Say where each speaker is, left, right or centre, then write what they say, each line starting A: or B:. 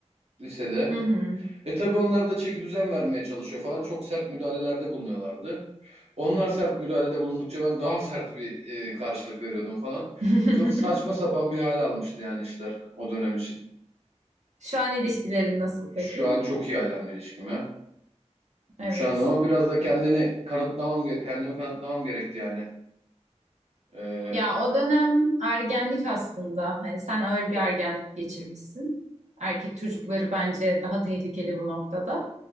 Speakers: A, on the right; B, on the right.
A: lisede.
B: Hı hı.
A: E tabii onlar da çeki düzen vermeye çalışıyor falan. Çok sert müdahalelerde bulunuyorlardı. Onlar sert müdahalede bulundukça ben daha sert bir e, karşılık veriyordum falan.
B: <laughs>
A: Çok saçma sapan bir hal almıştı yani işler o dönem için.
B: Şu an ilişkilerin nasıl peki?
A: Şu an çok iyi ailemle ilişkim ya.
B: Evet.
A: Şu an ama biraz da kendini kanıtlamam, ge- kendimi kanıtlamam gerekti yani. Ee,
B: Ya o dönem ergenlik aslında. Hani sen ağır bir ergenlik geçirmişsin. Erkek çocukları bence daha tehlikeli bu noktada.